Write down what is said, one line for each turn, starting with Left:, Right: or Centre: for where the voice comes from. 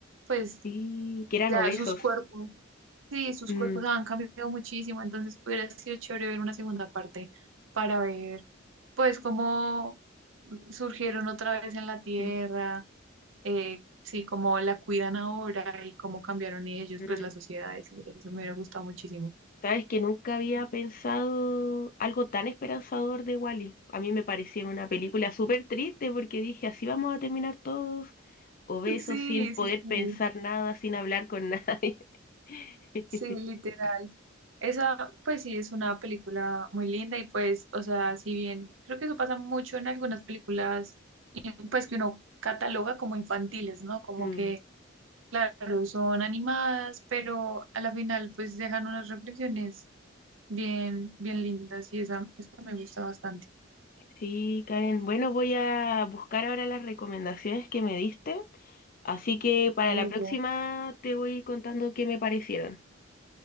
Right: pues
Left: Y que eran
Right: ya
Left: obesos.
Right: sus cuerpos, sí, sus
Left: Mm,
Right: cuerpos han cambiado muchísimo, entonces hubiera sido chévere ver una segunda parte para ver pues cómo surgieron otra vez en la Tierra
Left: mm,
Right: eh, sí, cómo la cuidan ahora y cómo cambiaron ellos,
Left: mm.
Right: pues la sociedad eso eso me hubiera gustado muchísimo.
Left: Sabes que nunca había pensado algo tan esperanzador de Wally. A mí me parecía una película súper triste porque dije, así vamos a terminar todos obesos
Right: Sí,
Left: sin poder
Right: sí, sí,
Left: pensar nada, sin hablar con nadie. <laughs>
Right: sí, literal. Esa, pues sí, es una película muy linda y pues, o sea, si bien creo que eso pasa mucho en algunas películas, y, pues que uno cataloga como infantiles, ¿no? Como
Left: Mm.
Right: que, claro, son animadas, pero a la final pues dejan unas reflexiones bien, bien lindas y esa, esa me gusta bastante.
Left: Sí, Karen. Bueno, voy a buscar ahora las recomendaciones que me diste. Así que para
Right: Eso,
Left: la próxima te voy contando qué me parecieron.